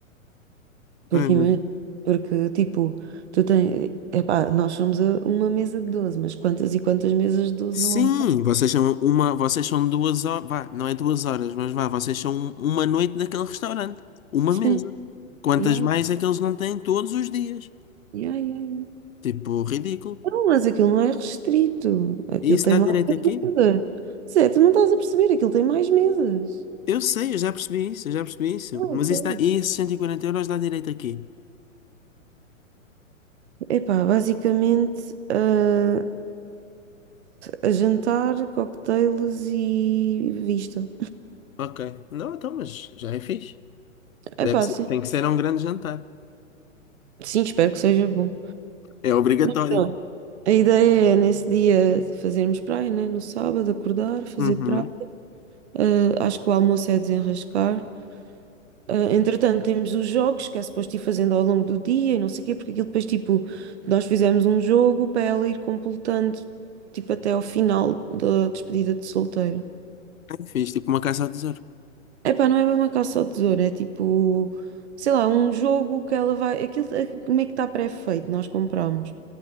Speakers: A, on the right (about 55°); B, on the left (about 80°).
A: Porque,
B: Ai, meu
A: ima-
B: Deus.
A: porque tipo, tu tens, epá, nós somos a uma mesa de 12 mas quantas e quantas mesas de 12
B: Sim,
A: não há?
B: vocês são uma, vocês são duas horas, vá, não é duas horas, mas vá, vocês são uma noite daquele restaurante, uma
A: Sim,
B: mesa. Quantas
A: yeah,
B: mais é que eles não têm todos os dias?
A: yeah, yeah, yeah.
B: Tipo, ridículo.
A: Não, mas aquilo não é restrito. Aquilo
B: E isso
A: tem
B: dá
A: lá
B: direito
A: mais
B: aqui?
A: mesas. Zé, tu não estás a perceber, aquilo tem mais mesas.
B: Eu sei, eu já percebi isso, eu já percebi isso.
A: Não,
B: Mas
A: ok.
B: isso dá, e esses 140 euros dá direito aqui?
A: Epá, basicamente, ah, a jantar, cocktails e vista.
B: Ok. Não, então, mas já é fixe.
A: Epá,
B: Deve ser-
A: sim.
B: tem que ser um grande jantar.
A: Sim, espero que seja bom.
B: É obrigatório.
A: Pronto. A ideia é, nesse dia, fazermos praia, né? No sábado, acordar, fazer
B: Uhum.
A: praia. Ah, acho que o almoço é desenrascar. Ah, entretanto, temos os jogos que é suposto ir fazendo ao longo do dia e não sei o quê, porque aquilo depois, tipo, nós fizemos um jogo para ela ir completando, tipo, até ao final da despedida de solteiro.
B: É fixe, tipo uma caça ao tesouro.
A: Epá, não é bem uma caça ao tesouro, é tipo, sei lá, um jogo que ela vai. Aquilo é- como é que está pré-feito, nós compramos.